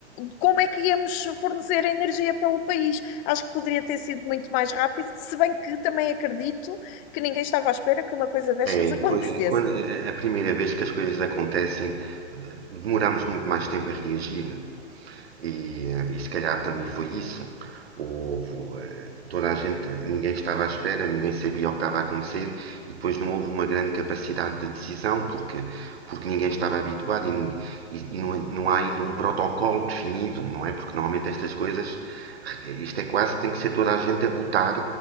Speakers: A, on the left; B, on the right.
A: como é que íamos fornecer energia pelo país. Acho que poderia ter sido muito mais rápido, se bem que também acredito que ninguém estava à espera que uma coisa destas
B: É, é,
A: <laughs> acontecesse.
B: quando, é, é a primeira vez que as coisas acontecem, demoramos muito mais tempo a reagir. E, eh, e se calhar também foi isso. Houve, eh, toda a gente, ninguém estava à espera, ninguém sabia o que estava a acontecer e depois não houve uma grande capacidade de decisão porque, porque ninguém estava habituado e, e- e não, não há ainda um protocolo definido, não é? Porque normalmente estas coisas, isto é quase que tem que ser toda a gente a votar